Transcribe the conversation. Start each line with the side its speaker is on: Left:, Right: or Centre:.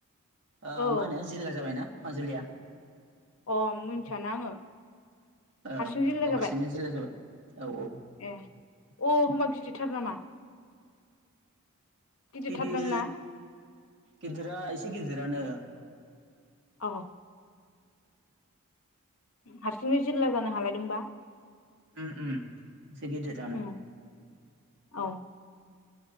Right: ओ
Left: औ
Right: मा होनो जिल्ला जाबायना माजुलिया
Left: अ मिथियाना आंङो
Right: ओ
Left: हारसिं जिल्ला
Right: गाव
Left: जाबाय
Right: हारसिंनो जिल्ला जाबाय औ औ
Left: ए। अ होनबा बिदिरथार नामा? गिदिरथारदां
Right: गिदिर
Left: ना
Right: गिदिरा एसे गिदिरानो
Left: औ हारसिंनो जिल्ला जानो हालायदोंबा
Right: उम उम एसे गिदिरानो
Left: उम औ